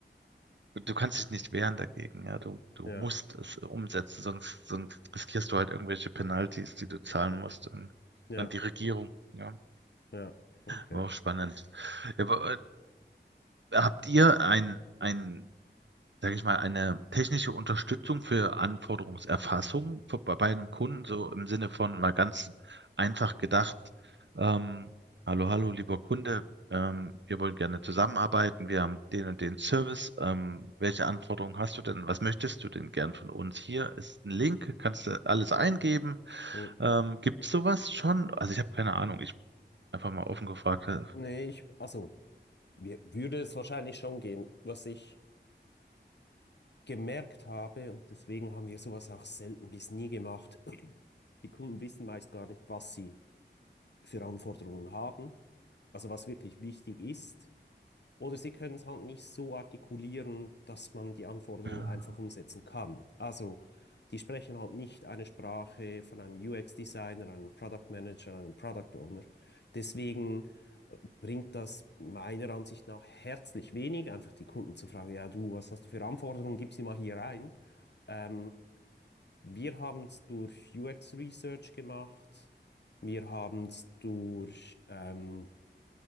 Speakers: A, on the right; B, on the left.
A: du kannst dich nicht wehren dagegen, ja. Du, du
B: ja,
A: musst es umsetzen, sonst, sonst riskierst du halt irgendwelche Penalties, die du zahlen musst an,
B: ja,
A: an die Regierung, ja.
B: ja. Okay.
A: War auch spannend. Ja, aber, äh, habt ihr ein, ein sage ich mal, eine technische Unterstützung für Anforderungserfassung für, bei bei einem Kunden, so im Sinne von mal ganz einfach gedacht, ähm, hallo, hallo, lieber Kunde, ähm, wir wollen gerne zusammenarbeiten, wir haben den und den Service, ähm, welche Anforderungen hast du denn, was möchtest du denn gern von uns? Hier ist ein Link, kannst du alles eingeben.
B: Hm.
A: Ähm, gibt es sowas schon? Also ich habe keine Ahnung, ich einfach mal offen gefragt. äh,
B: Nee, ich, also, mir würde es wahrscheinlich schon gehen. Was ich gemerkt habe, und deswegen haben wir sowas auch selten bis nie gemacht, Die Kunden wissen meist gar nicht, was sie für Anforderungen haben, also was wirklich wichtig ist. Oder sie können es halt nicht so artikulieren, dass man die Anforderungen
A: Ja.
B: einfach umsetzen kann. Also die sprechen halt nicht eine Sprache von einem UX-Designer, einem Product Manager, einem Product Owner. Deswegen äh, bringt das meiner Ansicht nach herzlich wenig, einfach die Kunden zu fragen, ja du, was hast du für Anforderungen, gib sie mal hier rein. Ähm, wir haben es durch UX Research gemacht. Wir haben es durch ähm,